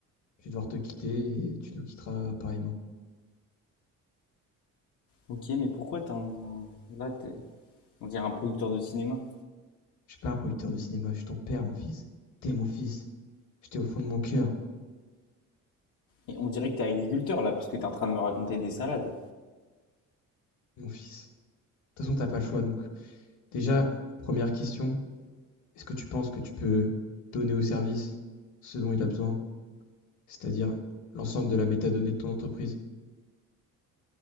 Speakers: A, on the left; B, on the left.
A: je vais devoir te quitter et tu nous quitteras apparemment.
B: Ok, mais pourquoi t'as un... Là, t'es, on dirait un producteur de cinéma.
A: Je suis pas un producteur de cinéma, je suis ton père, mon fils. T'es mon fils. J'étais au fond de mon cœur,
B: Et on dirait que t'es agriculteur là, parce que t'es en train de me raconter des salades.
A: mon fils. De toute façon, t'as pas le choix donc. Déjà, première question, est-ce que tu penses que tu peux donner au service ce dont il a besoin c'est-à-dire l'ensemble de la métadonnée de ton entreprise.